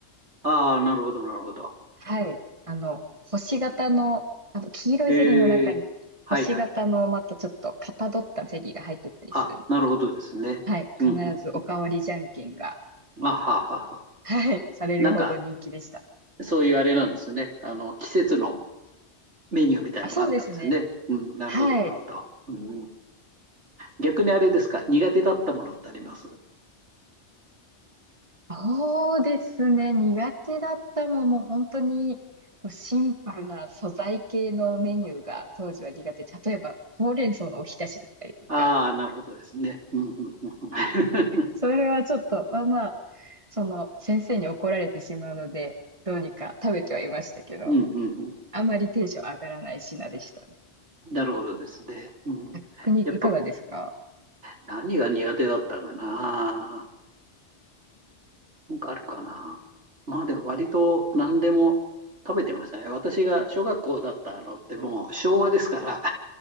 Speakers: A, on the right; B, on the right.
A: ああ、なるほど、なるほど。
B: はい。あの、星型の、あの、黄色いゼリーの中に、
A: へえ、はいはい。
B: 星型のまたちょっとかたどったゼリーが入ってたりするの。
A: あ、なるほどですね。
B: はい。
A: うんう
B: 必ずおかわりじゃんけんが、
A: ん。あははは。
B: はい、されるほど人気でした。
A: なんか、そういうあれなんですね。あの、季節のメニューみたいのがあったんですよね。
B: あ、そうですね。
A: うん、なるほど、
B: はい。
A: なるほど。うん、逆にあれですか、苦手だったものってあります
B: そうですね。苦手だったのはもう本当にこうシンプルな素材系のメニューが当時は苦手。例えば、ほうれん草のおひたしだったりとか、
A: ああー、なるほどですね。うん、うん、うんうん。<laughs>
B: それはちょっと、まあまあ、その先生に怒られてしまうので、どうにか食べてはいましたけど、
A: うん、うんうん。
B: あまりテンション上がらない品でしたね。
A: なるほどですね。うん、
B: 逆にいかがですか
A: やっぱ、何が苦手だったかな。なんかあるかな。まあでも割と何でも食べてましたね。私が小学校だったのってもう昭和ですから